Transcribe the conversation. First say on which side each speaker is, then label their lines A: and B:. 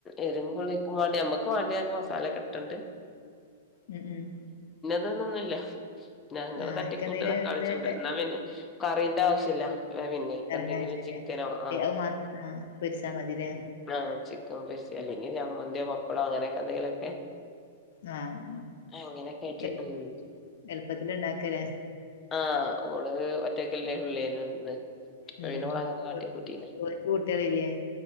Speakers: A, on the left; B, on the left.
A: എരും പുളിക്കും വേണ്ടി ഞമ്മക്ക് വേണ്ടിയ മസാലൊക്കെട്ടാണ്ട്
B: ഉം ഉം
A: തിന്നൊന്നുല്ല ഞങ്ങള്
B: ആഹ്
A: തട്ടിക്കൂട്ട
B: അയിക്കെന്തേലും
A: തകാളിച്ചൂട്
B: ഇതിട്ട്
A: ന്ന പിന്നെ കറീന്റെ ആവശ്യല്ല പിന്നക്ക
B: കറണ്ട
A: എന്തെങ്കിലും
B: ആവശ്യല്ല
A: ചിക്കനോ ആഹ്
B: അത് മാത്ര ആഹ് പൊരിച്ചാ മതില്ലേ
A: ആ ചി പ അല്ലെങ്കി ചമ്മന്തി പപ്പടൊ അങ്ങനൊക്കെ എന്തെങ്കിലൊക്കെ
B: ആഹ്
A: അങ്ങനെയൊക്കെ ആയിട്ട്
B: ആ
A: ഉം
B: എളുപ്പത്തില് ഇണ്ടാക്കല.
A: ആ ഓള് ഒറ്റക്കല്ലേ ഉള്ളേന ഒന്ന് അപ്പ
B: ഉം
A: പിന്നോടെ
B: ഉം
A: അങ്ങനെ കാട്ടിക്കൂട്ടീന്നെ
B: ഓര്ക്ക് കുട്ടികളില്ലേ